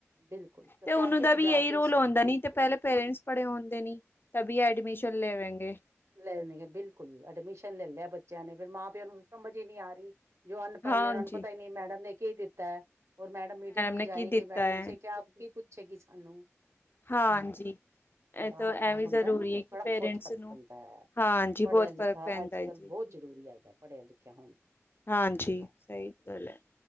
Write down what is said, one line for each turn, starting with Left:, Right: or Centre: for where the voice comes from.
Right: ਬਿਲਕੁਲ
Left: ਤੇ ਉਹਨੂੰ
Right: ਤਾਂ ਕਿ
Left: ਦਾ
Right: ਅਸੀਂ
Left: ਵੀ,
Right: ਜਾ
Left: ਇਹੀ
Right: ਕੇ
Left: ਰੂਲ ਹਉਂਦਾ
Right: ਬਿਲਕੁਲ
Left: ਨੀ। ਤੇ ਪਹਿਲੇ ਪੇਰੈਂਟਸ ਪੜੇ ਹੁੰਦੇ, ਨੀ। ਤਬੀ, ਐਡਮੀਸ਼ਨ ਲੇਵੇਂਗੇ।
Right: ਲੈਨਗੇ ਬਿਲਕੁਲ, ਐਡਮਿਸ਼ਨ ਲੈ ਨੇਯਾ ਬੱਚੇਯਾ ਨੇ, ਫੇਰ ਮਾਂ- ਪਿਓ ਨੂੰ ਸਮਝ ਈ ਨੀ ਆ ਰੀ। ਜੋ ਅਨਪੜ
Left: ਹਾਂਜੀ
Right: ਨੇ, ਉਨਾਂ ਨੂੰ ਪਤਾ ਈ ਨੀ ਮੈਡਮ ਨੇ ਕੀ ਦਿੱਤਾ। ਔਰ ਮੈਡਮ ਮੀਟਿੰਗ ਮੇਂ
Left: ਨੇ
Right: ਜਾਏਂਗੇ,
Left: ਕੀ ਦਿੱਤਾ
Right: ਮੈਡਮ
Left: ਹੈ
Right: ਸੇ ਕਿਆ, ਕੀ ਪੁੱਛੇਗੀ ਸਾਨੂੰ?
Left: ਹਾਂਜੀ।
Right: ਹਾਂ ਬੜਾ
Left: ਐ ਤਾ ਐਵੀ
Right: ਹੁੰਦਾ
Left: ਜ਼ਰੂਰੀ
Right: ਨਾ
Left: ਏ ਕਿ
Right: ਬੜਾ
Left: ਪੇਰੇਂਟਸ
Right: ਬਹੁਤ ਫ਼ਰਕ
Left: ਨੂੰ,
Right: ਪੈਂਦਾ ਹੈ
Left: ਹਾਂਜੀ,
Right: ਪੜ੍ਹਿਆ
Left: ਬਹੁਤ
Right: ਲਿਖਿਆ
Left: ਫ਼ਰਕ ਪੈਂਦਾ
Right: ਅੱਜ
Left: ਏ
Right: ਕੱਲ
Left: ਜੀ।
Right: ਬਹੁਤ ਜ਼ਰੂਰੀ ਹੈਗਾ ਪੜ੍ਹਿਆ ਲਿਖਿਆ ਹੋਣਾ
Left: ਹਾਂਜੀ,
Right: ਹਾਂ
Left: ਸਹੀ ਗੱਲ ਐ।